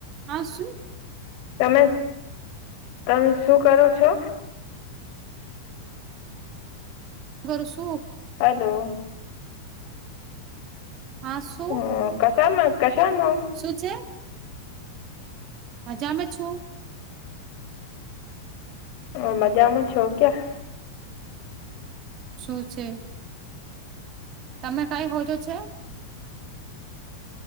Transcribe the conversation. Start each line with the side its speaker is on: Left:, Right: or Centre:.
Right: આ શુ
Left: તમે -તમે શું કરો છો.
Right: ક રુ શુ
Left: હલો
Right: હા સ
Left: હ- કશમા કશાનુ
Right: શું છે. મજામાં જ છુ.
Left: તો મજામાં છો, ક્યા
Right: શું છે. તમે કઈ હોજુ છે.